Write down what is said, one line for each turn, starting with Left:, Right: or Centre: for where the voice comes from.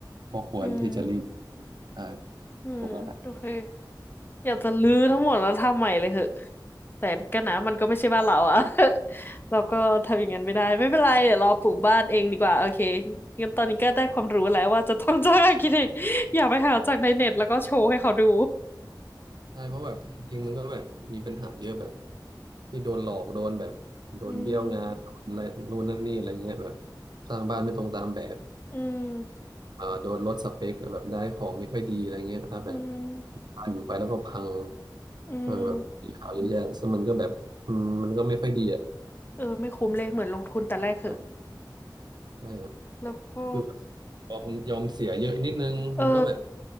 Right: ก็ควรที่จะรีบ
Left: อืม
Right: ใช่
Left: อืมโอเค
Right: ถูกแล้วแหละ
Left: อยากจะรื้อทั้งหมดแล้วทำใหม่เลยเหอะ
Right: อื
Left: แต่ก็นะมันก็ไม่ใช่บ้านเราอะ <laughs> เราก็ทำอย่างนั้นไม่ได้ไม่เป็นไรเดี๋ยวรอปลูกบ้านเองดีกว่าโอเคงั้นตอนนี้ก็ได้ความรู้แล้วว่าจะต้องจ้างอาร์คิเทค <laughs> อย่าไปหาจากในเน็ตแล้วก็โชว์ให้เขาดู
Right: ม ใช่เพราะแบบจริงๆมันก็แบบมีปัญหาเยอะแบบที่โดนหลอกโดนแบบโดนเบี้ยวงานโดนอะไรนู่นนั่นนี่อะไรเงี้ยแบบ
Left: อืม
Right: สร้างบ้านไม่ตรงตามแบบ
Left: อืม
Right: อ่าโดนลดสเปคแบบได้ของไม่ค่อยดีอะไรเงี้ยอ่าแบบ
Left: อืม
Right: บ้านอยู่ไปแล้วก็พัง
Left: อืม
Right: เออแบบมีข่าวเยอะแยะซึ่งมันก็แบบอืมมันก็ไม่ค่อยดีอ่ะ
Left: เออไม่คุ้มเลยเหมือนลงทุนแต่แรกเหอะ
Right: ใช่ใช่แบบ
Left: แล้วก็
Right: คือยอมยอมเสียเยอะนิดนึงมันก็แบบ
Left: เออ